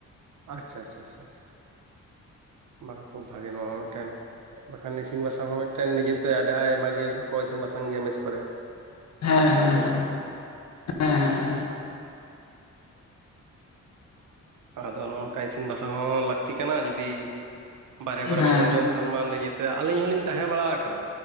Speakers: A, on the right; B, on the left.
A: ᱟᱪᱪᱷᱟ ᱟᱪᱪᱷᱟ ᱟᱪᱪᱷᱟ ᱟᱪᱪᱷᱟ ᱵᱟᱝ ᱠᱷᱩᱵ ᱵᱷᱟᱜᱮ ᱱᱚᱣᱟ ᱦᱚᱸ ᱢᱮᱫᱴᱮᱱ ᱵᱟᱠᱷᱟᱱ ᱤᱥᱤᱱ ᱵᱟᱥᱟᱝ ᱦᱚᱸ ᱢᱤᱫᱴᱮᱱ ᱱᱤᱡᱮᱛᱮ ᱟᱹᱰᱤ ᱟᱭᱢᱟ ᱜᱮ ᱚᱝᱠᱟ ᱠᱚ ᱤᱥᱤᱱ ᱵᱟᱥᱟᱝ ᱜᱮᱭᱟ ᱢᱮᱥ ᱠᱚᱨᱮ
B: ᱦᱮᱸ
A: ᱥᱮ
B: ᱦᱮᱸ
A: ᱪᱮᱞᱮ
B: ᱦᱮᱸ
A: ᱞᱮ
B: ᱦᱮᱸ ᱦᱮᱸ
A: ᱟᱫᱚ ᱱᱚᱜᱼᱚ ᱱᱚᱝᱠᱟ ᱤᱥᱤᱱ ᱵᱟᱥᱟᱝ ᱦᱚᱸ ᱞᱟᱹᱠᱛᱤ ᱠᱟᱱᱟ ᱡᱩᱫᱤ ᱵᱟᱨᱦᱮ
B: ᱦᱮᱸ
A: ᱠᱚᱨᱮ ᱵᱟᱵᱚᱱ ᱡᱚᱢ ᱠᱷᱟᱱ ᱢᱟ ᱱᱤᱡᱮᱛᱮ ᱟᱹᱞᱤᱧ ᱦᱚᱸᱞᱤᱧ ᱛᱟᱦᱮᱸ ᱵᱟᱲᱟ ᱟᱠᱟᱱᱟ